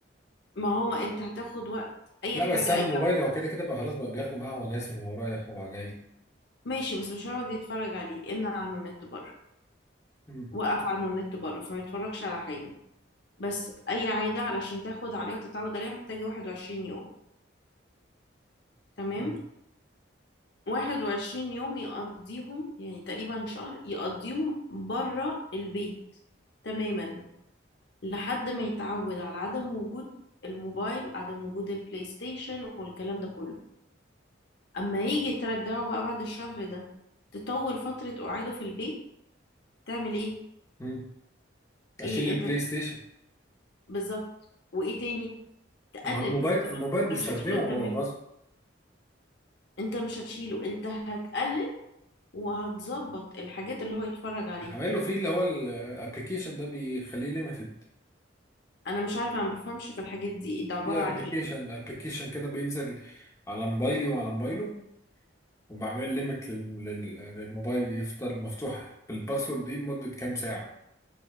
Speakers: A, on the left; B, on the left.
A: ما هو انت هتاخد وقت اي
B: لا
A: حاجة
B: بس انا
A: اي
B: الموبايل هو كده كده بقى خلاص بقى بياخده معاه وهو نازل وهو رايح وهو جاي
A: ماشي بس مش هيقعد يتفرج عليه امنع عنه النت بره
B: امم
A: وقف عنه النت بره فما يتفرجش على حاجة بس أي عادة علشان تاخد عليها وتتعود عليها محتاجة 21 يوم تمام
B: امم
A: 21 يوم يقضيهم يعني تقريبا شهر يقضيهم بره البيت تماما لحد ما يتعود على عدم وجود الموبايل عدم وجود البلاي ستيشن والكلام ده كله أما يجي ترجعه بقى بعد الشهر ده تطول فترة قعاده في البيت تعمل ايه؟
B: امم
A: ايه
B: اشيل البلاي
A: انت
B: ستيشن
A: بالظبط وايه تاني؟ تقلل
B: ما الموبايل
A: الفترات
B: الموبايل بيستخدمه
A: انت مش هتشيله تمام
B: وهو غصب
A: انت مش هتشيله انت هتقلل وهتظبط الحاجات اللي هو يتفرج عليها
B: عامل له فيه اللي هو الابلكيشن ده بيخليه ليميتد
A: انا مش عارفه انا ما بفهمش في الحاجات دي ده
B: في
A: عباره عن
B: ابلكيشن
A: ايه
B: ابلكيشن كده بينزل على موبايلي وعلى موبايله وبعمل ليميت للموبايل يفضل مفتوح بالباسورد دي لمدة كام ساعة